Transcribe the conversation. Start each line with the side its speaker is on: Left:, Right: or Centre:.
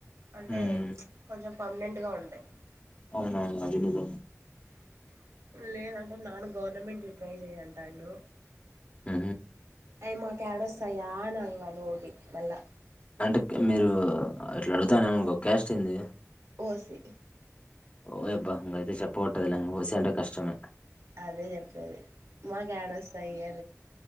Right: అంటే
Left: హ్మ్
Right: కొంచెం పమనెంట్గా ఉంటాయి
Left: అవునవును అది నిజమే
Right: లేదంటే నాన్న గవర్నమెంట్ ఇ ట్రై చేయంటాండు
Left: ఆ
Right: అవి మాకు ఏడ వస్తాయా నాన్న బోటి మళ్ళా
Left: అంటే మీరు ఇట్లా అడుగుతానే ఏమనుకో క్యాష్ ఏంది
Right: ఓసి
Left: ఓ ఎబ్బాచ పోట్టదులే పోసంట కష్టమే
Right: అదే చెప్పేది మాక్యాడోస్ తయ్య